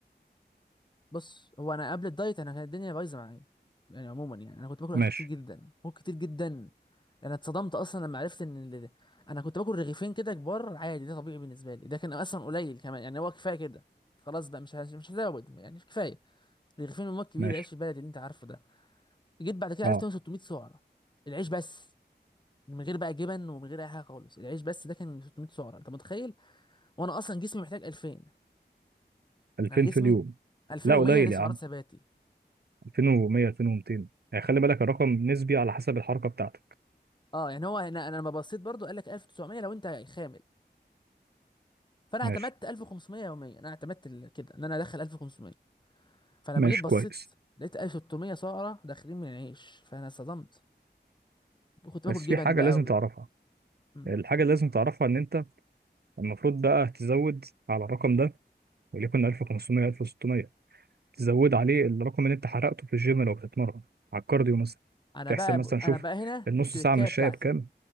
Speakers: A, on the left; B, on the right.
A: بص هو انا قبل الدايت انا كانت الدنيا بايظه معايا يعني عموما يعني انا كنت باكل
B: ماشي
A: اكل كتير جدا باكل كتير جدا انا اتصدمت اصلا لما عرفت ان ال... انا كنت باكل رغيفين كده كبار عادي ده طبيعي بالنسبه لي ده كان اصلا قليل كمان يعني هو كفايه كده خلاص بقى مش هز- مش هزود يعني كفايه رغيفين من مواد كبير
B: ماشي
A: عيش البلد اللي انت عارفه ده جيت بعد كده
B: اه
A: عرفت إن هو 600 سعره العيش بس من غير بقى جبن ومن غير اي حاجه خالص العيش بس ده كان 600 سعره انت متخيل وانا اصلا جسمي محتاج 2000
B: 2000
A: انا جسمي
B: في اليوم
A: 2100
B: لا قليل
A: دي سعرات
B: يا عم
A: ثباتي
B: 2100 2200 يعني خلي بالك الرقم نسبي على حسب الحركه بتاعتك
A: اه يعني هو انا انا لما بصيت برضو قال لك 1900 لو انت خامل فانا
B: ماشي
A: اعتمدت 1500 يوميا انا اعتمدت ال- كده ان انا ادخل 1500 فلما
B: ماشي
A: جيت بصيت
B: كويس
A: لقيت 1600 سعره داخلين من العيش فانا صدمت كنت
B: بس
A: باكل جبن
B: في حاجة
A: بقى
B: لازم
A: و...
B: تعرفها
A: مم.
B: الحاجة اللي لازم تعرفها إن أنت المفروض بقى تزود على الرقم ده وليكن 1500 1600 تزود عليه الرقم اللي أنت حرقته في الجيم لو بتتمرن على الكارديو مثلا
A: انا
B: تحسب
A: بقى
B: مثلا شوف
A: انا بقى هنا
B: النص
A: التركايه
B: ساعة مشاية
A: بتاعتي
B: بكام